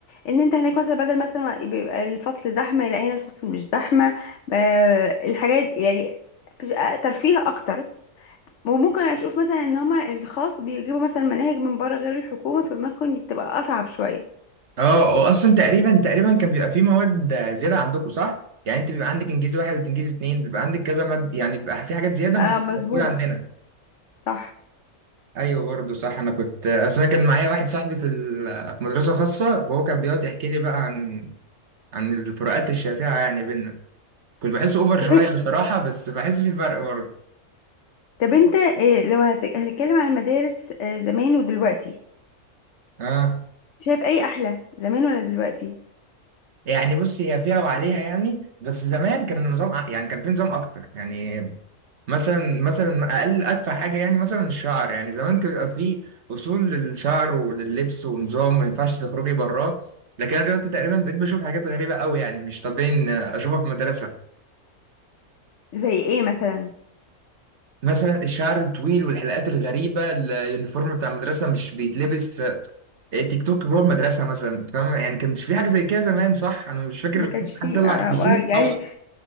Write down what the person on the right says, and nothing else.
اه وأصلا تقريبا تقريبا كان بيبقى في مواد زيادة عندكم صح؟ يعني أنت بيبقى عندك إنجليزي واحد وإنجليزي اتنين بيبقى عندك كذا مادة يعني بيبقى في حاجات زيادة
مش
موجودة عندنا
ايوه برضه صح انا كنت اصل انا كان معايا واحد صاحبي في ال- في مدرسه خاصه فهو كان بيقعد يحكي لي بقى عن عن الفروقات الشاسعة يعني بينا كنت بحس اوفر
شوية <laughs> بصراحة بس بحس في فرق برضه
اه
يعني بص هي فيها وعليها يعني بس زمان كان النظام أ- يعني كان في نظام اكتر يعني مثلا مثلا اقل ادفع حاجة يعني مثلا الشعر يعني زمان كان بيبقى في اصول للشعر ولللبس ونظام ما ينفعش تخرجي براه لكن انا دلوقتي تقريبا بقيت بشوف حاجات غريبة قوي يعني مش طبيعي إن اشوفها في مدرسة
مثلا الشعر الطويل والحلقات الغريبة اليونيفورم بتاع المدرسة مش بيتلبس إيه، تيك توك جوه المدرسه مثلا أنت فاهم يعني كانش في حاجه زي كده زمان صح انا مش فاكر
حد طلع
<laughs> التليفون
يتصور.